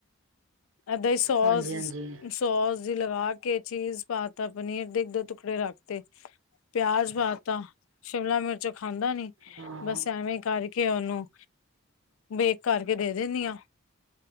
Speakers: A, on the left; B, on the right.
A: ਏਦਾਂ ਹੀ ਸੋਸ-ਸੋਸ
B: ਹਾਂਜੀ ਹਾਂਜੀ
A: ਦੀ ਲਗਾ ਕੇ, ਚੀਜ਼ ਪਾਤਾ ਪਨੀਰ ਦੇ ਇੱਕ ਦੋ ਟੁਕੜੇ ਰੱਖ ਤੇ ਪਿਆਜ ਪਾ ਤਾ ਸ਼ਿਮਲਾ ਮਿਰਚ ਖਾ
B: ਹਾਂ
A: ਬਸ ਐਵੇਂ ਕਰ ਰਕੇ ਉਹਨੂੰ, ਵੇਖ ਕਰਕੇ ਦੇ ਦਿਨੀ ਆ।